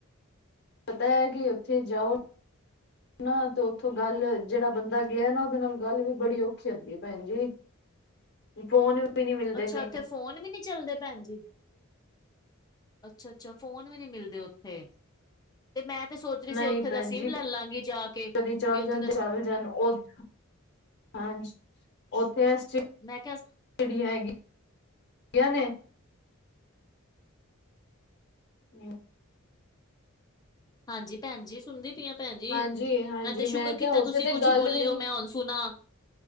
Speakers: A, on the left (about 55°); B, on the left (about 20°).
A: ਪਤਾ ਹੈ ਕਿ ਉੱਥੇ ਜਾਓ ਹਨ ਨਾ ਤੇ ਉੱਥੋਂ ਗੱਲ ਜਿਹੜਾ ਬੰਦਾ ਗਿਆ ਨਾ ਉਹਦੇ ਨਾਲ ਗੱਲ ਵੀ ਬੜੀ ਔਖੀ ਹੁੰਦੀ ਭੈਣ ਜੀ ਫੋਨ ਵੀ ਨੀ ਮਿਲਦੇ
B: ਅੱਛਾ
A: ਕਈ
B: ਉੱਥੇ ਫੋਨ ਵੀ ਨੀ ਚੱਲਦੇ ਭੈਣ ਜੀ ਅੱਛਾ ਅੱਛਾ ਫੋਨ ਵੀ ਨੀ ਮਿਲਦੇ ਉੱਥੇ ਤੇ ਮੈਂ ਤੇ ਸੋਚ ਰਹੀ
A: ਨਹੀਂ
B: ਸੀ ਉੱਥੇ
A: ਭੈਣ
B: ਦਾ ਸਿੰਮ
A: ਜੀ
B: ਲੈ ਲਾਂਗੀ ਜਾ ਕੇ
A: ਕਦੀ ਚੱਲ
B: ਵੀ ਉੱਥੇ
A: ਜਾਣ
B: ਦਾ
A: ਤੇ ਚੱਲ ਜਾਣ ਉਥ ਹਾਂਜੀ ਉੱਥੇ ਅਸੀ
B: ਮੈਂ ਕਿਹਾ
A: ਜਿਹੜੀਆਂ ਹੈਗੀ ਗੀਆਂ ਨੇ। ਹੂੰ,
B: ਹਾਂਜੀ, ਭੈਣ ਜੀ ਸੁਣਦੀ ਪ ਭੈਣ ਜੀ
A: ਹਾਂਜੀ
B: ਆਂ,
A: ਹਾਂਜੀ
B: ਮੈਂ ਤੇ ਸ਼ੁਕਰ
A: ਕਿਹਾ
B: ਕੀਤਾ
A: ਉੱਥੇ
B: ਤੁਸੀਂ
A: ਤੇ
B: ਕੁਛ
A: ਗੱਲ
B: ਬੋਲਿਓ,
A: ਵੀ ਨੀ
B: ਮੈਂ ਹੁਣ ਸੁਣਾ।